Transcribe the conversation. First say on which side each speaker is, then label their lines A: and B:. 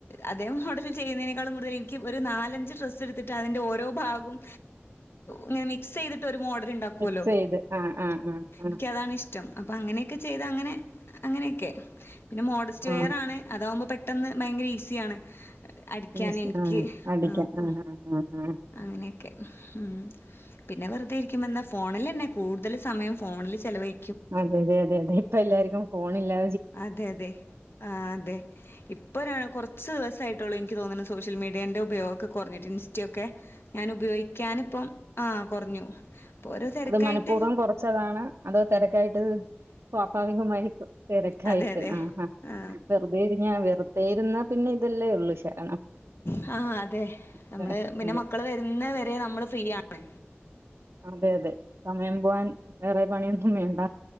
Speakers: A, on the left (about 65°); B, on the right (about 85°).
A: അതേ മോഡൽ ചെയ്യ്ന്നെനേക്കാൾ കൂടുതൽ എനിക്ക് ഒര് നാലഞ്ച് ഡ്രസ്സ് എട്ത്തിട്ട് അതിന്റെ ഓരോ ഭാകും ഇങ്ങനെ മിക്സയ്തിട്ട് ഒര് മോഡല് പോലൊ
B: മിക്സ് ചെയ്ത് ആ ആ ആ ആ
A: ഇക്ക് അതാണ് ഇഷ്ട്ടം അപ്പ അങ്ങനെ ക്കെ ചെയ്ത അങ്ങനെ അങ്ങനെക്കെ പിന്നെ മോഡിസ്റ്റ്
B: ആ
A: വേയറാണ് അതാവുമ്പോ പി ട്ടെന്ന് ഭയങ്കര ഈസിയാണ് അടിക്കാന്
B: മീൻസ്
A: എനിക്ക്
B: ആ അടിക്കാം
A: അപ്പൊ
B: ആ ആ ആ ആ
A: അങ്ങനെയെക്കെ. മ്ഹ് പിന്നെ വെറ്തെ ഇരിക്കുമ്പ എന്താ ഫോണിൽ തന്നെ കൂടുതൽ സമയം ഫോണിൽ ചിലവഴി
B: അതെതെ അതെ അതെ ഇപ്പ എല്ലാർക്കും ഫോണില്ലാ
A: അതെ അതെ ആ അതെ ഇപ്പൊഴാണ് കുർച്ച് ദിവസയി <unintelligible> എനിക്ക് തോന്നണ് സോഷ്യൽ മീഡിയന്റെ ഉപയോഗക്കെ കൊറഞ്ഞിട്ട് ഇൻസ്റ്റയൊക്കെ ഞാൻ ഉപയോഗിക്കാന് ഇപ്പം ആ കൊറഞ്ഞു ഇപ്പൊ ഓരോ തെരക്കായിട്ട്
B: അത് മനഃപൂർവ്വം കുറച്ചതാണ് അതോ തെരക്കായിട്ട് സ്വാഭാവികമായി തെരക്കായിട്ട്
A: അതെ അതെ
B: ആ
A: ആ
B: വെറുതെ ഇരിഞ്ഞാ വെറു <unintelligible> പിന്നെ ഇതല്ലേ ഉള്ളൂ ശരണം
A: ഹ അതെ നമ്മള്
B: അതെ
A: പിന്നെ
B: ആ
A: മക്കള് വെരുന്ന വരെ നമ്മള് ഫ്രീയാണ്
B: അതെ അതെ സമയം പോവാൻ വേറെ പണിയൊന്നും വേണ്ട